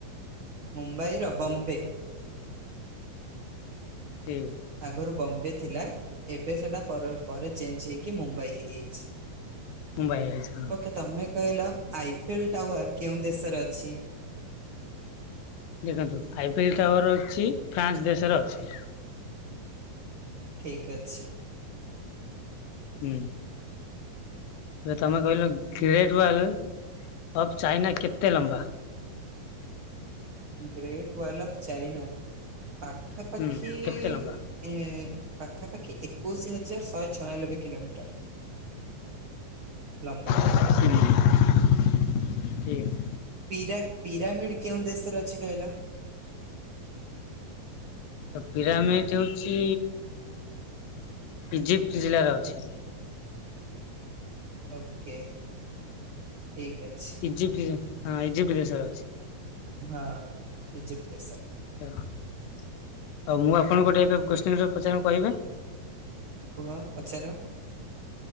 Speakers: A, on the right (about 75°); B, on the left (about 80°).
A: ମୁମ୍ବାଇ ର ବମ୍ବେ।
B: ଠିକ୍।
A: ଆଗରୁ ବମ୍ବେ ଥିଲା। ଏବେ ସେଟା ପର ପରେ ଚେଞ୍ଜ୍ ହେଇକି ମୁମ୍ବାଇ ହେଇଯାଇଛି।
B: ମୁମ୍ବାଇ ହେଇଛି ହଁ।
A: ଓକେ ତମେ କହିଲ ଆଇଫିଲ୍ ଟାୱାର କେଉଁ ଦେଶରେ ଅଛି?
B: ଦେଖନ୍ତୁ ଆଇଫିଲ ଟାୱାର ଅଛି ଫ୍ରାନ୍ସ ଦେଶରେ ଅଛି।
A: ଠିକ ଅଛି।
B: ହୁଁ। ଏବେ ତମେ କହିଲ ଗ୍ରେଟ୍ ୱାଲ୍ ଅଫ୍ ଚାଇନା କେତେ ଲମ୍ବା?
A: ଗ୍ରେଟ୍ ୱାଲ ଅଫ୍ ଚାଇନା ପାଖାପାଖି
B: ହୁଁ କେତେ ଲମ୍ବା?
A: ଏଁ ପାଖାପାଖି ଏକୋଇଶି ହଜାର ଶହେ ଛୟାଲବେ କିଲୋମିଟର। ଲମ୍ବା।
B: ହୁଁ ଠିକ୍।
A: ପିରା ପିରାମିଡ କେଉଁ ଦେଶରେ ଅଛି କହିଲ?
B: ତ ପିରାମିଡ଼ ହେଉଚି ଇଜିପ୍ଟ୍ ଜିଲ୍ଲାରେ ଅଛି।
A: ଓକେ ଠିକ ଅଛି।
B: ଇଜିପ୍ଟି ହଁ ଇଜିପ୍ଟ୍ ଦେଶରେ ଅଛି।
A: ହଁ ଇଜିପ୍ଟ୍ ଦେଶରେ।
B: ହଉ ଆଉ ମୁଁ ଆପଣଙ୍କୁ ଗୋଟେ ଏବେ କ୍ୱେଶ୍ଚିନ ଟେ ପଚାରିମି କହିବେ?
A: କୁହ ପଚାର।